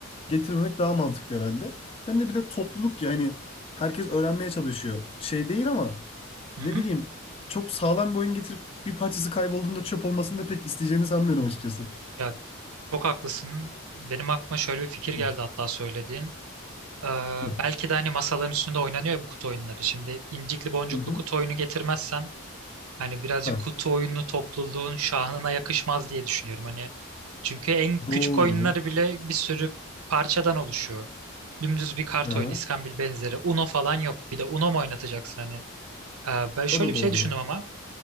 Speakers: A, on the left (about 25°); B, on the right (about 90°).
A: getirmemek daha mantıklı herhalde. Hem de bir de topluluk yani herkes öğrenmeye çalışıyor. Şey değil ama
B: Hı
A: ne
B: hı.
A: bileyim çok sağlam bir oyun getirip bir parçası kaybolduğunda çöp olmasını da pek isteyeceğini sanmıyorum açıkçası.
B: Ya çok haklısın. Benim aklıma şöyle bir fikir
A: <laughs>
B: geldi hatta söylediğin. Ee,
A: Hı
B: belki de hani masaların üstünde oynanıyor ya bu kutu oyunları. Şimdi incikli boncuklu
A: hı. hı.
B: kutu oyunu getirmezsen hani birazcık
A: Hah.
B: kutu oyunu topluluğun şahına yakışmaz diye düşünüyorum. Hani çünkü en
A: Doğru.
B: küçük oyunları bile bir sürü parçadan oluşuyor. Dümdüz bir kart
A: Aha.
B: oyunu, iskambil benzeri. Uno falan yok. Bir de Uno mu oynatacaksın hani? Ee, ben şöyle
A: O da
B: bir
A: doğru.
B: şey düşündüm ama.